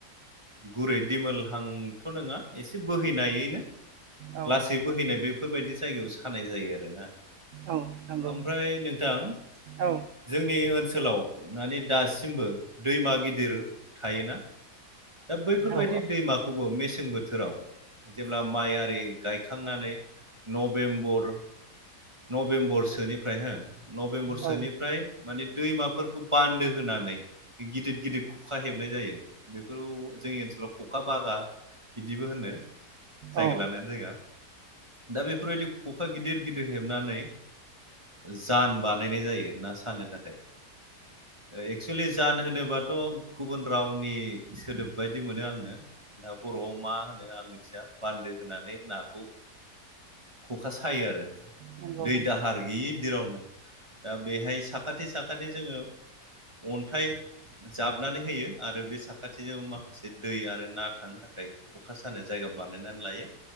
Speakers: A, on the right; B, on the right.
A: गुरै दिमोलहांथ' नङा एसे बोहैनायैनो
B: औ
A: लासै बोहैनाय बेफोरबायदि जायगायाव सानाय जायो आरोना
B: औ नंगौ
A: ओमफ्राय नोंथां
B: औ
A: जोंनि ओनसोलाव माने दासिमबो दैमा गिदिर थायोना दा बैफोरबायदि
B: औ
A: दैमाखौबो मेसें बोथोराव जेब्ला माइ आरि गायखांनानै नभेम्बर नभेम्बरसोनिफ्राय हो नभेम्बरसोनिफ्राय
B: औ
A: माने दैमाफोरखौ बान्दो होनानै गिदिर गिदिर खखा हेबनाय जायो बेफोर जोंनि ओनसोलाव खखा बागा। बिदिबो होनो जायगा
B: औ
A: लानाय जायगा दा बेफोरबायदि खखा गिदिर गिदर-' हेबनानै जान ओ बानायनाय जायो ना साननो थाखाय एक्सुेलि जान होनोबाथ' गुबुन रावनि सोदोब बायदि मोनो आंङो। दा बर'आव मा होनो आं मिथिया बान्दो होनानै नाखौ ख'खा सायो आरो
B: नंगौ
A: दै
B: नंगौ
A: दाहार गिदिरावनो दा बेहाय साखाथि साखाथि जोंङो-' अन्थाइ जाबनानै होयो आरो बे साखाथिजों माखासे दै आरो ना थांनो थाखाय खखा सानाय जायगा बानायनानै लायो